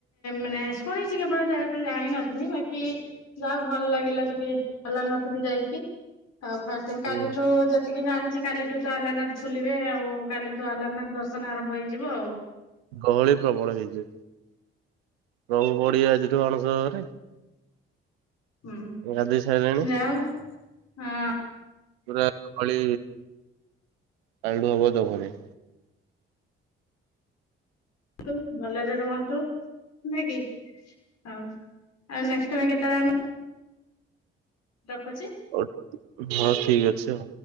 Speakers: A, on the left; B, on the right.
A: ମାନେ ଶୁଣିଛି କେବଳ ଜାଗା ଉପରେ ଜାଣିିନଥିଲି ବାକି ଯାହାହଉ ଭଲ ଲାଗିଲା ସେଠି ଆଲାରନାଥ ବି ଯାଇକି। ଆଉ ଫାଷ୍ଟ
B: ହୁଁ
A: କାଲିଠୁ ଯେତିକି ଜାଣିଛି କାଲିଠୁ ତ ଆଲାରାନାଥ ଖୋଲିବେ ଆଉ କାଲିଠୁ ଆଲାରନାଥ ଦର୍ଶ ଦର୍ଶନ ଆରମ୍ଭ ହେଇଯିବ ଆଉ।
B: ଗହଳି ପ୍ରବଳ ହେଇଯିବ ପ୍ରଭୁ ପଡିିବେ ଆଜିଠୁ ଅଣସର ଘରେ।
A: ହଁ
B: ଗାଧେଇ ସାରିଲେଣି
A: ଯାହେଉ ହଁ।
B: ପୁରା ଗହଳି କାଲିଠୁ ହବ ଜବରୀ।
A: ହଉ ଭଲରେ ରୁହନ୍ତୁ ନାଇକି ଆଉ ଆଉ ନେଷ୍ଟ ପାଇଁ କେତେବେଳେ ଆମେ ରଖୁଛି।
B: ହଉ ହଁ ଠିକ ଅଛି ଆଉ।